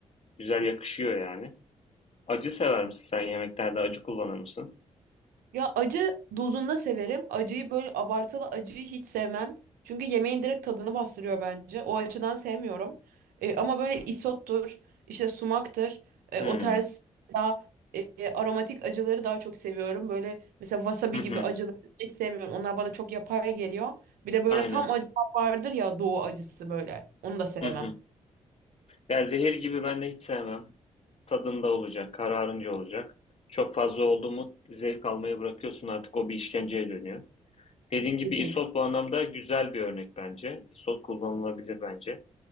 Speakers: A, on the left; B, on the right.
A: Güzel yakışıyor yani. Acı sever misin sen yemeklerde acı kullanır mısın?
B: Ya acı dozunda severim. Acıyı böyle abartılı acıyı hiç sevmem. Çünkü yemeğin direkt tadını bastırıyor bence. O açıdan sevmiyorum. E, ama böyle isottur, işte sumaktır. e,
A: Hımm.
B: o tarz daha e, e, aromatik acıları daha çok seviyorum. Böyle mesela wasabi
A: Hı
B: gibi
A: hı.
B: acıları hiç sevmiyorum. Onlar bana çok yapay geliyor. Bir de böyle
A: Aynen.
B: tam acı vardır ya doğu acısı böyle. Onu da sevmem.
A: Hı hı. Ya zehir gibi ben de hiç sevmem. Tadında olacak, kararınca olacak. Çok fazla oldu mu zevk almayı bırakıyorsun artık o bir işkenceye dönüyor. Dediğin gibi
B: Kesinlikle.
A: isot bu anlamda güzel bir örnek bence. Isot kullanılabilir bence.